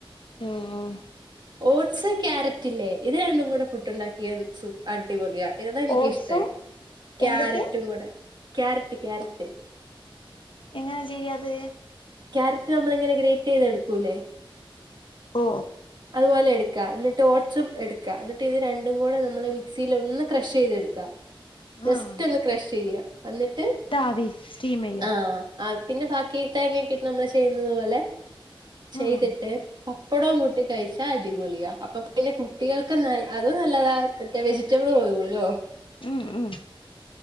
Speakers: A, on the left; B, on the right.
A: ആഹ് ആഹ്
B: ഓട്സ് ക്യാരറ്റ് ഇല്ലേ ഇത് രണ്ടും കൂടെ പുട്ട് ഉണ്ടാക് എന്ത്‌ സൂ അടിപൊളിയ ഏതാ എനിക്കിഷ്ടായി
A: ഓട്സും
B: ക്യാരറ്റും
A: എന്തൊക്കെയാ
B: കൂടെ ക്യാരത്തി ക്യാരറ്റ്
A: എങ്ങനാ ചെയ്യാത്
B: ക്യാരറ്റ് നമ്മളിങ്ങനെ ഗ്രേറ്റ് ചെയ്ത എടുക്കൂല്ലേ
A: ഓ
B: അതുപോലെ എടുക്ക എന്നിട്ട് ഓട്സും എടുക്ക എന്നിട്ട് ഇത് രണ്ടും കൂടെ നമ്മള് മിക്സിയിലൊന്ന് ക്രഷ് ചെയ്തെടുക്ക ജസ്റ്റ്
A: ആഹ്
B: ഒന്ന് ക്രഷ് ചെയ്യ എന്നിട്ട്
A: ആവി സ്റ്റീം ചെയ്യാ
B: ആഹ് അത് പിന്നെ ബാക്കി തേങ്ങൊക്കെട്ട് നമ്മള് ചെയ്യുന്നത് പോലെ ചെയ്തിട്ട്
A: ആഹ്
B: പപ് കൊടുവൻ കൊട് ട്ട് കഴിച്ചാ അടിപൊളിയ അപ്പൊ പിന്നെ കുട്ടികൾക്ക് ന അത് നല്ലതാ മറ്റേ വെജിറ്റബിൾ പോകുവല്ലോ
A: ഉം ഉം